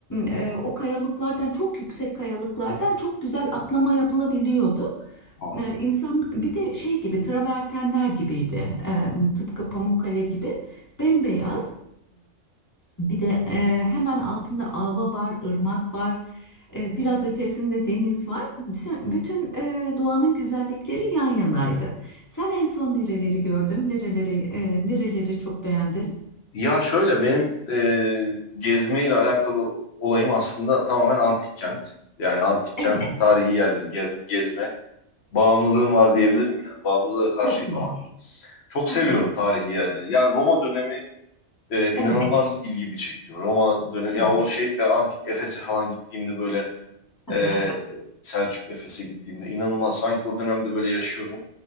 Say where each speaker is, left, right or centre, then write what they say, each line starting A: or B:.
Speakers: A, on the left; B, on the left.
A: E, o kayalıklardan çok yüksek kayalıklardan çok güzel atlama yapılabiliyordu.
B: Aa.
A: E, insan bir de şey gibi travertenler gibiydi. E, tıpkı Pamukkale gibi bembeyaz. Bir de e, hemen altında Ava var, ırmak var, e, biraz ötesinde deniz var. Bütün, bütün, e, doğanın güzellikleri yan yanaydı. Sen en son nereleri gördün? Nereleri, e, nereleri çok beğendin?
B: Ya şöyle benim e, gezmeyle alakalı olayım aslında tamamen antik kent. Yani antik
A: Evet,
B: kent, tarihi yerleri, ger- gezme bağımlılığım var diyebilirim yani. Bağımlılığa karşıyım
A: çok iyi.
B: ama Çok
A: Ha
B: seviyorum
A: ha.
B: tarihi yerleri. Yani Roma dönemi e, inanılmaz
A: Evet,
B: ilgimi çekiyor. Roma dönemi
A: evet.
B: ya o şey e, antik Efes'e falan gittiğimde böyle
A: Ha
B: e,
A: ha.
B: Selçuk Efes'e gittiğimde inanılmaz sanki o dönemde böyle yaşıyorum.